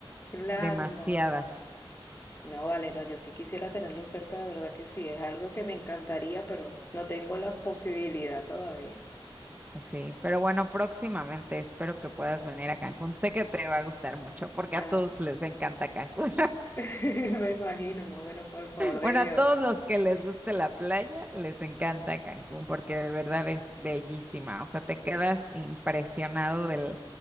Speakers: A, on the left; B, on the right.
A: claro,
B: demasiadas,
A: no. No, vale, no, yo sí quisiera tenerlo cerca, de verdad que sí. Es algo que me encantaría, pero no tengo la posibilidad todavía.
B: así. Pero bueno, próximamente espero que puedas venir a Cancún. Sé que te va a gustar mucho porque
A: Ah,
B: a todos les encanta Cancún.
A: <laughs> me imagino, no, bueno, con el favor de
B: Bueno,
A: Dios.
B: a todos los que les guste la playa, les encanta Cancún porque de verdad es bellísima. O sea, te quedas impresionado del,